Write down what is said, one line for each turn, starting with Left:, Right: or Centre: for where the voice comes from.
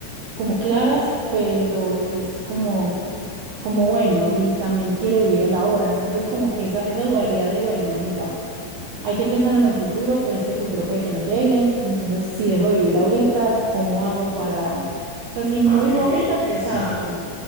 Right: como claras, pero es como, como bueno, y también quiero vivir el ahora. Entonces, como que esa, esa dualidad de, bueno, venga. Hay que pensar en el futuro, pero es que el futuro puede que no llegue. Entonces, si dejo de vivir ahorita, ¿cómo hago para... O sea, si no
Left: para
Right: vivo
Left: vivir,
Right: ahorita, pues
Left: exacto,
Right: exacto.